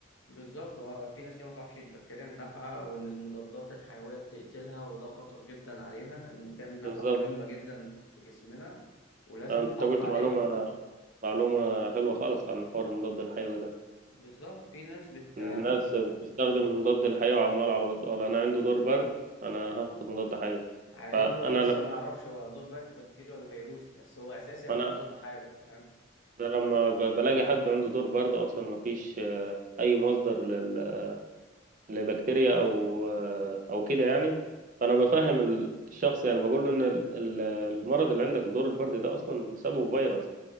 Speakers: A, on the left; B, on the right.
A: بالظبط هو في ناس كده ما تعرفش البكتيريا النافعة وإن المضادات الحيوية بتقتلها وده خطر جدا علينا إن البكتيريا النافعة
B: بالظبط
A: مهمة جدا في جسمنا ولازم
B: آه، انت
A: نحافظ
B: قلت
A: عليها
B: معلومة معلومة حلوة خالص عن حوار المضاد الحيوي ده
A: بالظبط في ناس بت
B: ان الناس بتستخدم المضاد الحيوي عمال على بطال انا عندي دور برد انا هاخد مضاد حيوي
A: على
B: انا
A: إن هو لسه
B: لما
A: ما يعرفش هو دور برد بكتيريا ولا فيروسي بس هو أساسي ياخد
B: انا
A: مضاد حيوي فاهم
B: أنا لما ب- بلاقي حد عنده دور برد اصلا ما فيش آه، اي مصدر لل- لبكتيريا او آه، او كده يعني فانا بفهم الشخص يعني بقول له ان ال- ال- المرض اللي عندك دور البرد ده اصلا سببه فيروس